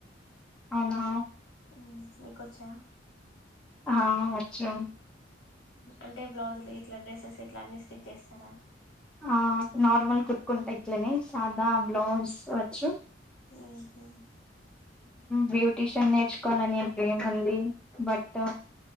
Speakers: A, in the centre; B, on the left (about 80°).
A: అవునా
B: ఉమ్ మీకొచ్చా
A: ఆ వచ్చు
B: అంటే బ్లౌజులు ఇట్లా డ్రెసెస్ ఇట్లా అన్ని స్టిచ్ చేస్తారా
A: ఆ నార్మల్ కుట్టుకుంటా ఇట్లనే సాదా బ్లౌజ్ వచ్చు
B: ఉహుమ్
A: బ్యూటీషియన్ నేర్చుకోవాలని అంట ఏముంది బట్